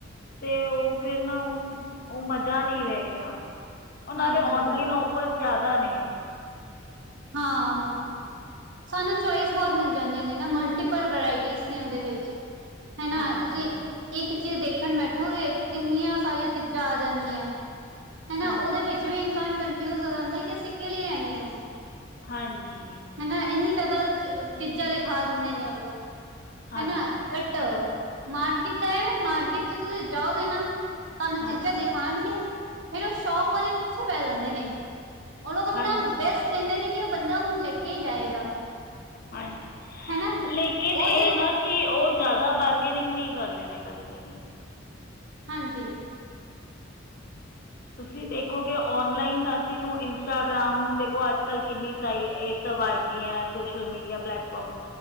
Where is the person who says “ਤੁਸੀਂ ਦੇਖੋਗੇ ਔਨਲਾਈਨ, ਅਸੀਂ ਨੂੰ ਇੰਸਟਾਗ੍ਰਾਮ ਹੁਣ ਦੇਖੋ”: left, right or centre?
Left